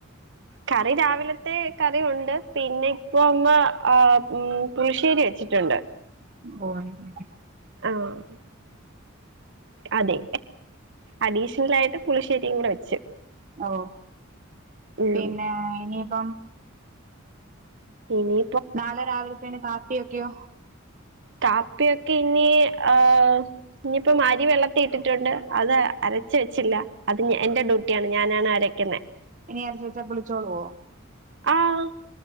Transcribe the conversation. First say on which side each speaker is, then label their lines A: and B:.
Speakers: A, on the right; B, on the right.
A: കറി രാവിലത്തെ കറി ഉണ്ട് പിന്നെ ഇപ്പൊ അമ്മ ആഹ മ്മ് പുളിശ്ശേരി വെച്ചിട്ടുണ്ട്
B: ഓ അങ്ങനെ
A: ആഹ അതെ അഡീഷണലായിട്ടു പുളിശ്ശേരിയും കൂടെ വെച്ച്
B: ഓ
A: ഉം
B: പിന്നെ ഇനിയിപ്പം
A: ഇനി
B: നാളെ രാവിലത്തേനും കാപ്പിയൊക്കെയോ
A: കാപ്പിയൊക്കെ ഇനി ആഹ ഇനിയിപ്പോ അരി വെള്ളത്തിലിട്ടിട്ടുണ്ട് അത് അരച്ച് വെച്ചില്ല അത് എന്റെ ഡ്യൂട്ടിയാണ് ഞാനാണ് അരക്കുന്നത്
B: ഇനി അരച്ച വച്ചാ പുളിച്ചോളുവോ
A: ആഹ